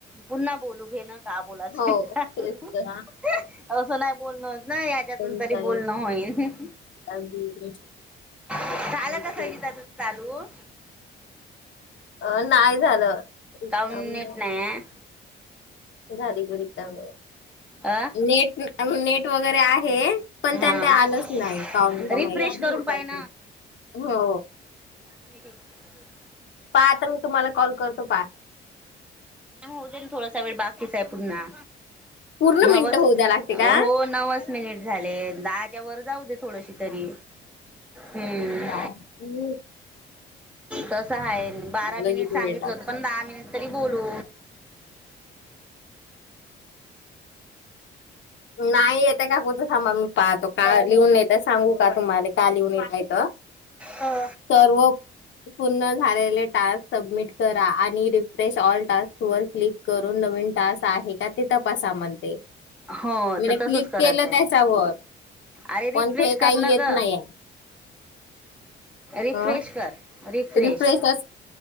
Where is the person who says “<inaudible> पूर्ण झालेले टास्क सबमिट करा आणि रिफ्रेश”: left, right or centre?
Left